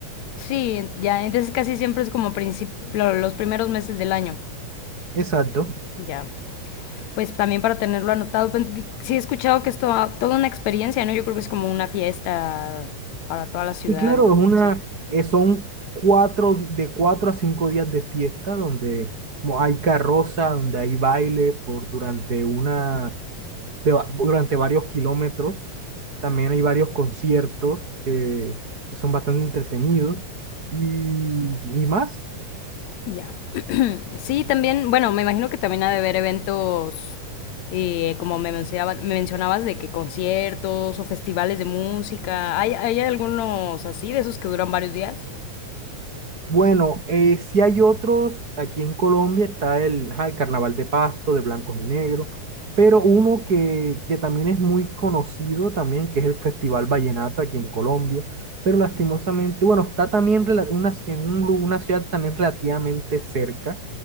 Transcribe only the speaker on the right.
Exacto.
Sí, claro,
es una,
eh, son cuatro, di- de cuatro a cinco días de fiesta donde mo- hay carroza, donde hay baile por durante una, de va- durante varios kilómetros. También hay varios conciertos que, que son bastante entretenidos y, y más.
Bueno, eh, si hay otros, aquí en Colombia está el, ajá, el Carnaval de Pasto, de blancos y negros, pero uno que, que también es muy conocido también, que es el Festival Vallenato aquí en Colombia, pero lastimosamente, bueno, está también rela- una, en un lu- una ciudad también relativamente cerca